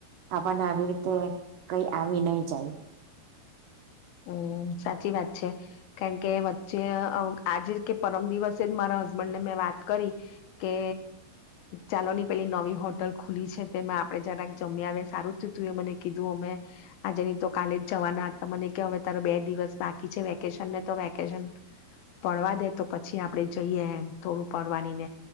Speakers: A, on the right; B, on the left.
A: આપણને આવી રીતે કઈ આવી નહી જાય.
B: હમ્મ, સાચી વાત છે કારણ કે વચ્ચે અ આજે જ કે પરમ દિવસે જ મારા હસબન્ડ ને મેં વાત કરી કે ચાલોની પેલી નવી હોટલ ખુલી છે તેમાં આપડે જરાક જમ્યા આવે સારું થયું તુંએ મને કીધું અમે આજે ની તો કાલે જ જવાના હતા મને હવે તારે બે દિવસ બાકી છે વેકેશનને તો વેકેશન પડવા દે. તો પછી આપડે જઈએમ થોડું પડવાની ને